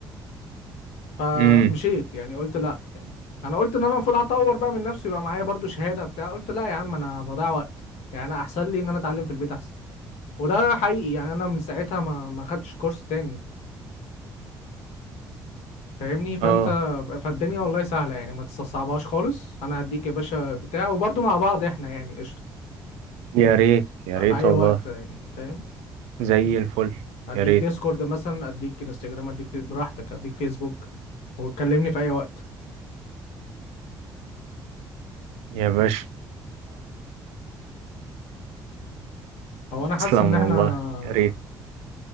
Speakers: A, on the left; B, on the right.
A: فمشيت
B: امم
A: يعني قلت لا يعني انا قلت ان انا المفروض هطور بقى من نفسي بقى معايا برضو شهاده بتاع قلت لا يا عم انا بضيع وقت يعني انا احسن لي ان انا اتعلم في البيت احسن وده حقيقي يعني انا من ساعتها ما ما خدتش كورس تاني فاهمني فانت
B: اه
A: فالدنيا والله سهله يعني ما تستصعبهاش خالص انا هديك يا باشا بتاع وبرضو مع بعض احنا يعني قشطه
B: يا ريت يا
A: ف- في
B: ريت
A: اي
B: والله
A: وقت يعني فاهم
B: زي الفل
A: اديك
B: يا ريت
A: ديسكورد مثلا اديك انستجرام اديك في براحتك اديك فيسبوك وتكلمني في اي وقت
B: يا باشا
A: هو انا حاسس
B: تسلم
A: ان احنا
B: والله يا ريت